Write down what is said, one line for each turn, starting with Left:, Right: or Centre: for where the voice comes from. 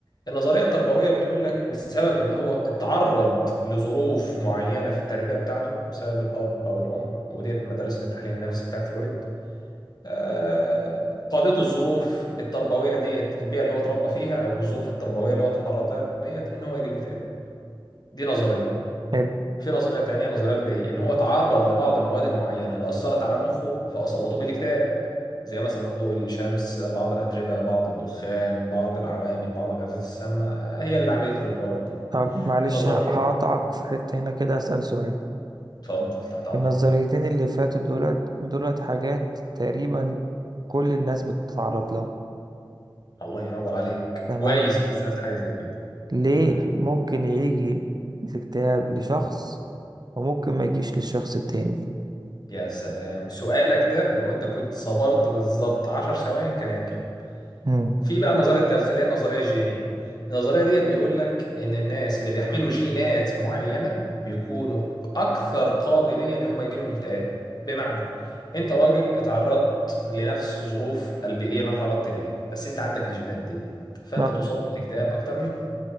Left: النظريه التربويه بتقول لك بسبب ان هو اتعرض لظروف معينه في التربيه بتاعته بسبب الاب او الام وديت مدرسه التحليل النفسي بتاعت فرويد آه قادته الظروف التربويه ديت البيئه اللي هو اتربى فيها او الظروف التربويه اللي هو اتعرض لها ديت ان هو يجي له اكتئاب دي نظريه
Right: حلو
Left: في نظرية تانية نظرية البيئية إن هو تعرض لبعض المواد المعينة اللي أثرت على مخه فأصابته بالاكتئاب زي مثلا ضوء الشمس بعض الأتربة بعض الدخان بعض العوامل بعض الغازات السامة هي اللي عملت له الحوارات دي
Right: طب معلش
Left: في نظرية
Right: ه- هقطعك في حتة هنا كده أسأل سؤال
Left: اتفضل تحت أمرك
Right: في النظريتين اللي فاتوا دولت دولت حاجات تقريبا كل الناس بتتعرض لها
Left: الله ينور عليك
Right: تمام
Left: كويس إن أنت سألت حاجة زي كده
Right: ليه
Left: تمام
Right: ممكن يجي الاكتئاب لشخص وممكن ما يجيش للشخص التاني
Left: يا سلام سؤالك ده لو أنت كنت صبرت بالظبط 10 ثواني كان هيتجاوب
Right: مم.
Left: في بقى النظريه الثالثه اللي هي النظريه الجينيه النظريه ديت بيقول لك ان الناس اللي بيحملوا جينات معينه بيكونوا اكثر قابليه ان هم يجي لهم اكتئاب بمعنى انت راجل اتعرضت لنفس الظروف البيئيه اللي انا اتعرضت ليها بس انت عندك الجينات ديت فانت
Right: نعم.
Left: تصاب بالاكتئاب اكتر مني